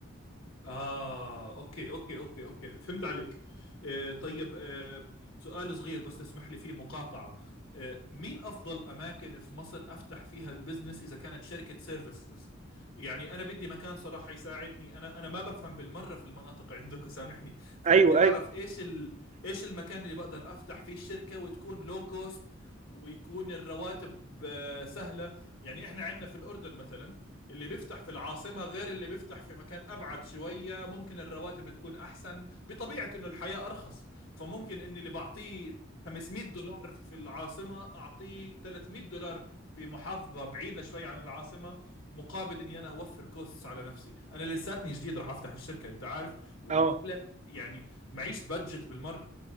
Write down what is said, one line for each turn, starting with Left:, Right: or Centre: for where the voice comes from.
Left: آه أوكي أوكي أوكي أوكي فهمت عليك آه طيب آه سؤال صغير بس تسمح لي فيه مقاطعة آه مين أفضل أماكن في مصر أفتح فيها البزنس إذا كانت شركة سيرفيسز يعني أنا بدي مكان صراحة يساعدني أنا أنا ما بفهم بالمرة في المناطق عندك سامحني فبدي
Right: ايوه
Left: أعرف
Right: ايوه
Left: إيش ال إيش المكان اللي بقدر أفتح فيه الشركة وتكون لو كوست ويكون الرواتب آه، سهلة يعني إحنا عندنا في الأردن مثلا اللي بيفتح في العاصمة غير اللي بيفتح في مكان أبعد شوية ممكن الرواتب تكون أحسن بطبيعة إنه الحياة أرخص فممكن إني اللي بعطيه 500 دولار في العاصمة أعطيه 300 دولار في محافظة بعيدة شوي عن العاصمة مقابل إني أنا أوفر كوستس على نفسي أنا لساتني جديد راح أفتح الشركة أنت عارف ولا
Right: اه
Left: يعني معيش بادجت بالمرة